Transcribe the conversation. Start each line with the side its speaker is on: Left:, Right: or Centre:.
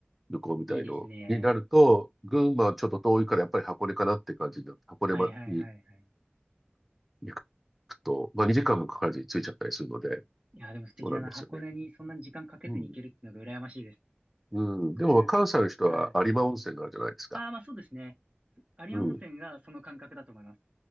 Centre: 旅行みたいのになると、
Right: いいですね。
Centre: 群馬はちょっと遠いからやっぱり箱根かなって感じになって、箱根まに
Right: はいはいはいはい。
Centre: 行くと、まあ2時間もかからずに着いちゃったりするので、
Right: いや、でも素敵だな。
Centre: そうなんですよね。
Right: 箱根にそんなに時間かけずに行けるっていうのが羨ましいです。
Centre: うん。うん。
Right: 僕、
Centre: でも関西の人は有馬温泉があるじゃないですか。
Right: はい。ああ、まあそうですね。有馬温泉がその感覚だと思います。
Centre: うん。